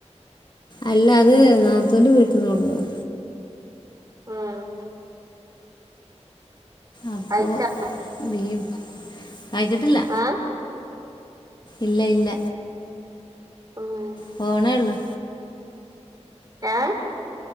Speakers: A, on the left; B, on the right.
A: അല്ല അത് നാത്തൂൻ്റെ വീട്ടിന്ന് കൊട്ന്നതാ
B: ആഹ്
A: അപ്പോ
B: കഴിച്ചാ
A: ബീഫ് കഴിച്ചിട്ടില്ല
B: ഏഹ്
A: ഇല്ല ഇല്ല
B: ആഹ്
A: പോണേ ഒള്ളൂ
B: ഏഹ്